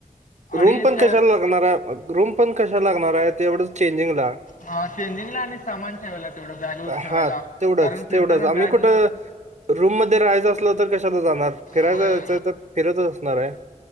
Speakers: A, on the right; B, on the left.
A: रूम
B: अडीचच्या
A: पण कशाला लागणार आहे रूम पण कशाला लागणार आहे ते एवढं चेंजिंगला.
B: हा चेंजिंगला आणि सामान ठेवायला तेवढं बॅग ठेवायला
A: हा तेवढंच
B: कारण फिरताना
A: तेवढंच आम्ही
B: बॅग
A: कुठं
B: घेऊन
A: रूम मध्ये राहायचं असलं तर कशाला जाणार फिरायचं
B: होय
A: यायचंय तर फिरतच असणार आहे.